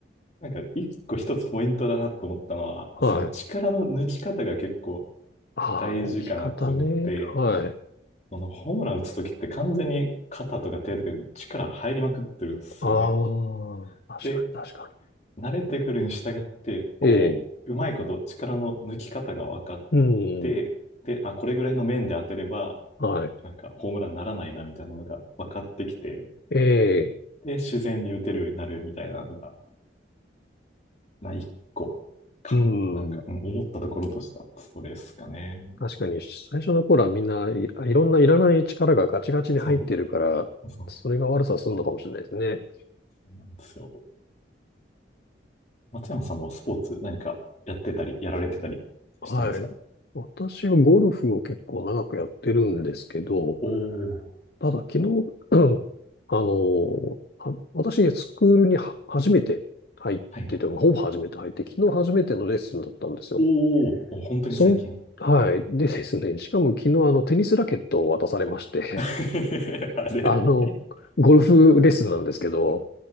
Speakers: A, on the left; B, on the left.
A: なんか、一個一つポイントだなと思ったのは、
B: はい。
A: その力の抜き方が結構
B: ああ、
A: 大事かなって思って、
B: 置き方ね。はい。
A: このホームラン打つときって完全に肩とか手とかに力入りまくってるんですよね。
B: ああ、確かに確かに。
A: で、慣れてくるに従って、こう、
B: ええ、
A: うまいこと力の抜き方が分かっ
B: うん、
A: て、で、あ、これぐらいの面で当てれば、
B: はい。
A: なんかホームランにならないなみたいなのが分かってきて、
B: ええ、
A: で、自然に打てるようになるみたいなのが、まあ、一個、かん、
B: うん。
A: なんか、うん思ったところとしたストレスかね。
B: 確かに、最初の頃はみんないいろんないらない力がガチガチに入ってるから、
A: そう、そう、
B: それが悪さするのかもしれないですね。
A: そうなんですよ。松山さんもスポーツ何かやってたり、やられてたりしたんですか
B: はい。私はゴルフを結構長くやってるんですけど、
A: おお、
B: ただ昨日、<clears throat> あの、は私、スクールには初めて入ってて、
A: はいはい。
B: ほぼ初めて入って、昨日初めてのレッスンだったんですよ。
A: おーお、本当に最近。
B: その、はい。でですね、<laughs> しかも昨日あのテニスラケットを渡されまして、
A: <laughs> あれ
B: <laughs> あの、
A: <laughs>
B: ゴルフレッスンなんですけど、